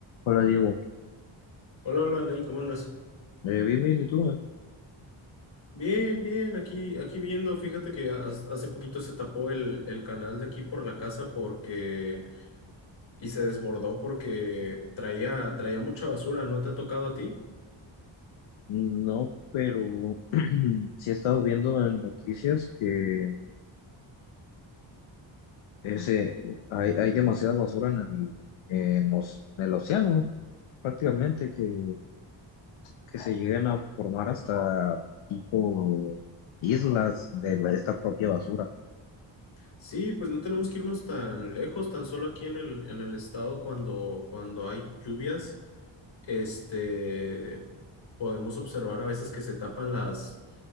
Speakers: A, on the left; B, on the left.
A: Hola Diego,
B: Hola, hola, Nain, ¿cómo andas?
A: eh, bien, bien, ¿y tú? eh?
B: Bien, bien, aquí, aquí viendo, fíjate que has- hace poquito se tapó el, el canal de aquí por la casa porque, y se desbordó porque traía, traía mucha basura, ¿no te ha tocado a ti?
A: No, pero <clears throat> sí he estado viendo en noticias que ese, hay, hay demasiada basura en el, en los en el océano, prácticamente, que, que se llegan a formar hasta tipo islas de la- esta propia basura.
B: Sí, pues no tenemos que irnos tan lejos, tan solo aquí en el, en el estado cuando, cuando hay lluvias, este, podemos observar a veces que se tapan las